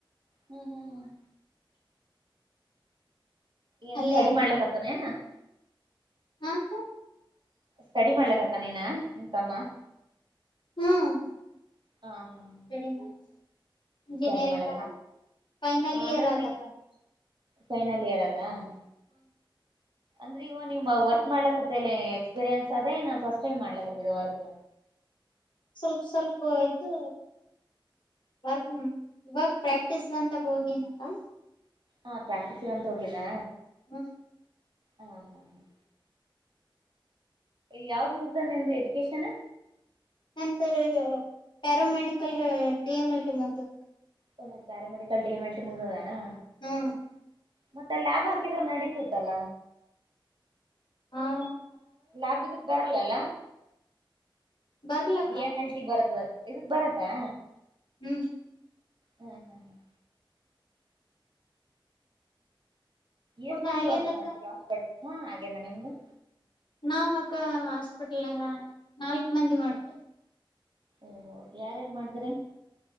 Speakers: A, on the right; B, on the left.
A: ಹ್ಮ್ ಹ್ಮ್ ಹ್ಮ್ ಏನ್,
B: ಅಲ್ಲೇ
A: ಸ್ಟಡಿ
B: ಅದ
A: ಮಾಡ್ಲಕ್ಕತ್ತಾನ ಏನು? <inaudible>
B: ಹಾ, ಅಕ್ಕ.. <inaudible>
A: ಸ್ಟಡಿ, ಮಾಡುಕುಕರುತಣ್ಣ, ನಿನ್ ತಮ್ಮ. <inaudible>
B: ಹ್ಮ್
A: ಹಾ, ಹಾ, ಹಾ.
B: ಸ್ಟಡಿ
A: <inaudible>
B: ಮಾಡ ಇಂಜಿನಿಯರಿಂಗ್,
A: ಸ್ಟಡಿ ಮಾಡ
B: ಅದೇ, ಫೈನಲ್ ಇಯರ್
A: ಅಂದ್ರೆ
B: ಆದಕ್ಕ?
A: ನೀ
B: <inaudible>
A: ಫೈನಲ್, ಇಯರ್ ಅದಾ? <inaudible> ಅಂದ್ರೆ ಇಗ ನಿಮ್ಮ ವರ್ಕ್ ಮಾಡ್ಲಕತ್ತಲ್ಲ ಎಕ್ಸ್ಪೀರಿಯನ್ಸ್ ಅದ ಏನು ಫಸ್ಟ್ ಟೈಮ್ ಮಾಡ್ಲಕತ್ತ ವರ್ಕ್.
B: ಸ್ವಲ್ಪ, ಸ್ವಲ್ಪ ಇದು ವರ್ಕ್ ಇವಾಗ ಪ್ರಾಕ್ಟೀಸ್ ಅಂತ ಹೋಗಿನಕ್ಕ.
A: ಹಾ. ಪ್ರಟಿಸ್ಗೆ ಅಂತ ಹೋಗಿದ್ಯ.
B: ಹ್ಮ
A: ಹ್ಮ್ ಹ್ಮ್ಮ್. ಯಾವ್ದ್, ಮುಗ್ದ ನಿಂದು ಎಜುಕೇಶನ್.
B: ನಂತರ ಇದು para medical D M L T ಮುಗ್ದದ.
A: ಓ para medical D M L T ಮುಗ್ದದಾನು.
B: ಹ್ಮ್
A: ಮತ್ತೆ ಲಬ್ ಹಾಕಿದ್ರೆ ನಡೀತಿತಲ್ಲ.
B: ಹ್ಮ.
A: ಲಾಭ, ಇದಕ್ ಬರಲ್ಲಲ್ಲ.
B: ಬರ್ಲಕ್ಕ
A: ಡಿ ಎಂ, ಎಲ್, ಟಿ ಬರ್ತದ. ಇದಕ್, ಬರತ್ತಾ.
B: ಹ್ಮ್.
A: ಹ್ಮ್, ಹ್ಮ್, ಹ್ಮ್. ಎಷ್ಟ,
B: ಊಟ
A: ಮಂದಿ
B: ಆಗ್ಯದಕ್ಕ
A: ವರ್ಕ್, ಮಾಡುತ್ತಾರೆ ಹಾಸ್ಪಿಟಲ್. ಹಾ, ಹಾಗೇನ ನಿಮ್ದು.
B: ನಾವ, ಅಕ್ಕ ಹಾಸ್ಪಿಟಲ್ಂಗ ನಾಲ್ಕ್ ಮಂದಿ ಮಾಡ್ತೇವೆ.
A: ಓಹೊ ಯಾರ್ಯಾರು ಮಾಡ್ತೀರಿ.